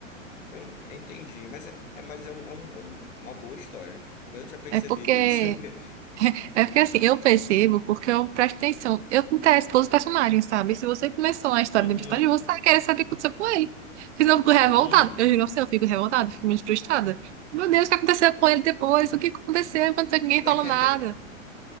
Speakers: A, on the left (about 75°); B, on the right (about 60°).
A: Eu en- entendi, mas é, é, mas é, um- é um- é um- uma boa história. Mas eu não tinha percebido
B: é porque
A: isso. <laughs>
B: É porque assim, eu percebo porque eu presto atenção. Eu me interesso pelos personagens, sabe? Se você começou a história
A: Uhum.
B: do personagem, você vai querer saber o que aconteceu com ele. Senão eu fico
A: Sim,
B: revoltada. Eu juro
A: sim,
B: pra você, eu fico revoltada,
A: sim.
B: fico muito frustrada. Meu Deus, o que aconteceu
A: Pô.
B: com ele depois? O que aconteceu? Enquanto ninguém
A: <laughs>
B: falou nada.